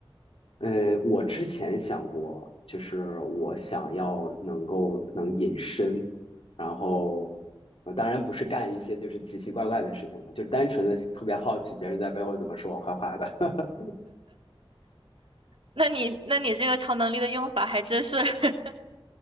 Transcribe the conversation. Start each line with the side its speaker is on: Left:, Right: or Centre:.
Left: 呃，我之前想过，就是我想要能够能隐身，然后，呃当然不是干一些就是奇奇怪怪的事情了，就单纯的特别好奇别人在背后怎么说我坏话的。<laughs>
Right: 那你那你这个超能力的用法还真是 <laughs>